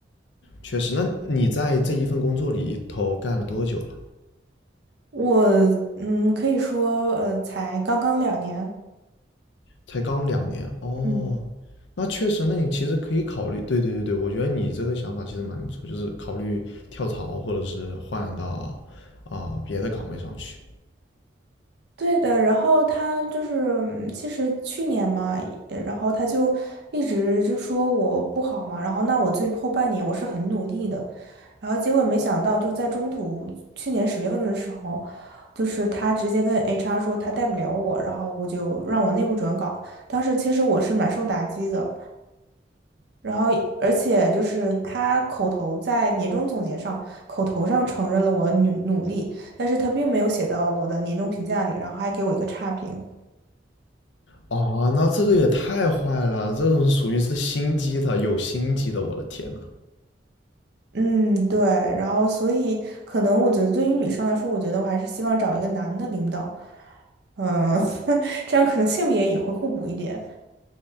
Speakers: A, on the left (about 75°); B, on the right (about 60°).
A: 确实，那你在这一份工作里头干了多久了？
B: 我嗯，可以说呃，才刚刚两年，
A: 才刚两年哦，
B: 嗯。
A: 那确实，那你其实可以考虑，对对对对，我觉得你这个想法其实蛮不错，就是考虑跳槽或者是换到啊、别的岗位上去。
B: 对的，然后他就是，嗯其实去年嘛，呃然后他就一直就说我不好嘛，然后那我最后半年我是很努力的，然后结果没想到就在中途，去年十月份的时候，就是他直接跟 HR 说他带不了我，然后我就让我内部转岗，当时其实我是蛮受打击的，然后，而且就是他口头在年终总结上，口头上承认了我努努力，但是他并没有写到我的年终评价里，然后还给我一个差评。
A: 啊。那这个也太坏了，这种属于是心机的，有心机的，我的天呐。
B: 嗯，对，然后所以可能我觉得对于女生来说，我觉得我还是希望找一个男的领导，嗯，<laughs> 这样可能性别也会互补一点。